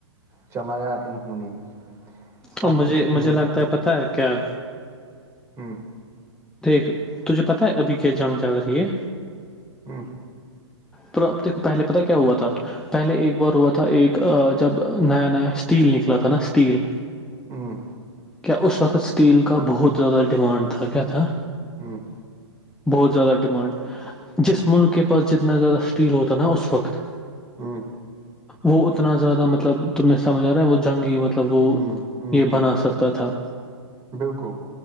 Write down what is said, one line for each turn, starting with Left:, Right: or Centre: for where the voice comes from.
Right: چلایا انہوں نے ہی سب
Centre: اور مجھے
Right: کچھ انہوں
Centre: مجھے لگتا
Right: کا
Centre: ہے پتہ ہے کیا
Right: ہمم
Centre: دیکھ تجھے پتہ ہے ابھی کیا جنگ چل رہی ہے
Right: ہمم
Centre: پر اب دیکھو پہلے پتا ہے کیا ہوا تھا پہلے ایک بار ہوا تھا ایک جب نیا نیا اسٹیل نکلا تھا نا اسٹیل
Right: ہمم
Centre: کیا اس وقت اسٹیل کا بہت زیادہ ڈیمانڈ تھا کیا تھا
Right: ہمم
Centre: بہت زیادہ ڈیمانڈ جس ملک کے پاس جتنا زیادہ اسٹیل ہوتا نا اس وقت
Right: ہوں
Centre: وہ اتنا زیادہ مطلب تمیں سمجھ آ رہا ہے وہ جنگی مطلب وہ
Right: ہوں ہوں
Centre: یہ
Right: ہوں
Centre: بنا سکتا تھا
Right: بالکل